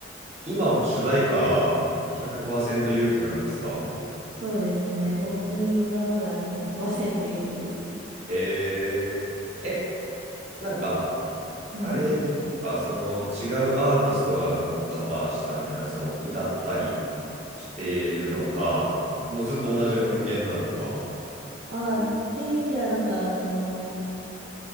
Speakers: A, on the right; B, on the right.
A: 今も主題歌100%勇気なんですか
B: そうですね。オープニングはまだ100%勇気ですね。
A: えー、え、なんか、
B: はい。
A: あれですか、その違うアーティストがなんかこうカバーしたみたいな、その歌ったりしてるのか、もうずっと同じ音源なのか。
B: ああ、という意味では、なんか、その、